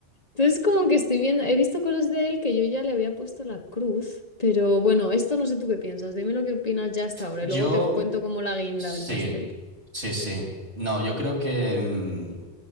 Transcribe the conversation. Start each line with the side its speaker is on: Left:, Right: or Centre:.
Left: entonces como que estoy viendo, he visto cosas de él que yo ya le había puesto la cruz, pero bueno, esto no sé tú qué piensas, dime lo que opinas ya hasta ahora,
Right: yo
Left: y luego te cuento como la guinda
Right: sí.
Left: del pastel.
Right: Sí, sí. No, yo creo que mm,